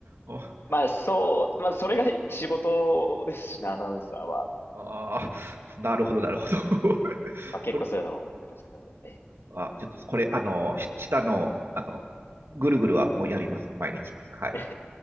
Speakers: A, on the right; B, on the left.
A: あ、
B: まあそう、まあそれが仕事ですしね、アナウンサーは。
A: あーなるほど、なるほど。<laughs>
B: まあ結構そういうの、
A: これ、
B: なんですけど、ええ。
A: あ、ちょっとこれ、あの、し下の、あの、ぐるぐるはもうやります、毎日。はい。
B: <laughs> え